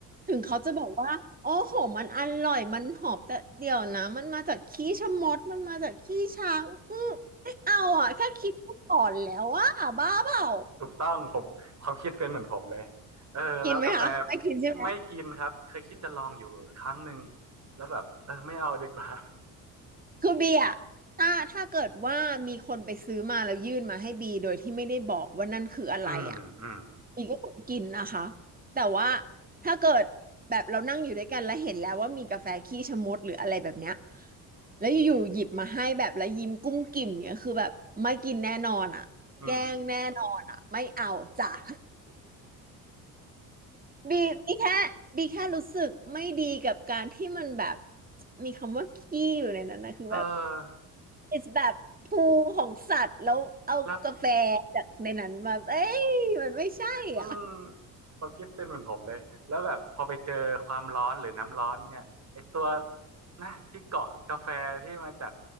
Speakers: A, on the right; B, on the right.
A: ถึงเขาจะบอกว่าโอ้โหมันอร่อยมันหอมแต่เดี๋ยวนะมันมาจากขี้ชะมดมันมาจากขี้ช้างอืมไม่เอาอ่ะแค่คิดก็หลอนแล้วอ่ะบ้าเปล่า
B: ถูกต้องผมความคิดเป็นเหมือนผมเลยเออแล้วกาแฟ
A: กินไหมคะไม่กินใช่ไหม
B: ไม่กินครับเคยคิดจะลองอยู่ครั้งหนึ่งแล้วแบบเออไม่เอาดีกว่า
A: คือบีอะถ้าถ้าเกิดว่ามีคนไปซื้อมาแล้วยื่นมาให้บีโดยที่ไม่ได้บอกว่านั่นคืออะไรอะ
B: <laughs> อืมอืม
A: บีก็คงกินนะคะแต่ว่าถ้าเกิดแบบเรานั่งอยู่ด้วยกันแล้วเห็นแล้วว่ามีกาแฟขี้ชะมดหรืออะไรแบบเนี้ยแล้วอยู่ๆหยิบมาให้แบบแล้วยิ้มกุ้มกิ่มเนี้ยคือแบบไม่กินแน่นอนอะแกล้งแน่นอนอะไม่เอาจ้ะ
B: อืม
A: <laughs> บีบีแค่บีแค่รู้สึกไม่ดีกับการที่มันแบบมีคำว่าขี้อยู่ในนั้นนะคือแบบ
B: เออ
A: it's แบบภูของสัตว์แล้วเอากาแฟจากในนั้นมาเอ้ยมันไม่ใช่อ่ะ
B: แล้วอืมความคิดเป็นเหมือนผมเลยแล้วแบบพอไปเจอความร้อนหรือน้ำร้อนเนี่ยไอตัวนะที่เกาะกาแฟที่มาจาก